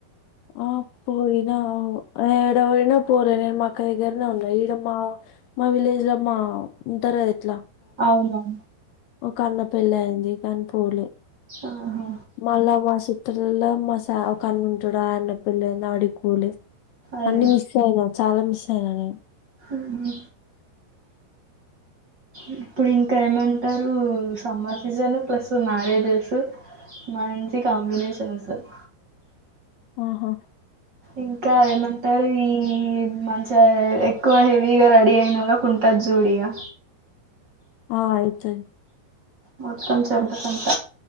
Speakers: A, on the left; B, on the right.
A: ఆహ్ పోయినా ఏడపోయిన పోలే నేను మా ఆక్క దగ్గరనే ఉన్నా ఈడ మా మా విలేజ్ లో మా ఉంటారుగా ఇట్ల
B: అవునువు
A: ఒక అన్న పెళ్లి అయింది కానీ పోలే
B: ఆహా
A: మల్ల మాసు లో మసా ఒకన్న ఉంటాడు ఆహ్ అన్న పెళ్లయింది ఆడికి పోలే
B: అరే
A: అన్ని మిస్ అయినం చాలా మిస్ అయిన నేను
B: హమ్ ఇప్పుడు ఇంకా ఏమంటారు సమ్మర్ సీజన్ ప్లస్ మ్యారేజెస్ మంచి కాంబినేషన్ వస్తది
A: ఆహా
B: ఇంకా ఏమంటారు ఈ మంచిగా ఎక్కువ హెవీగా రెడీ అయినోళ్లకి ఉంటది జూడిగా
A: ఆహ్ అయితాధ్
B: మొత్తం చెమట చెమట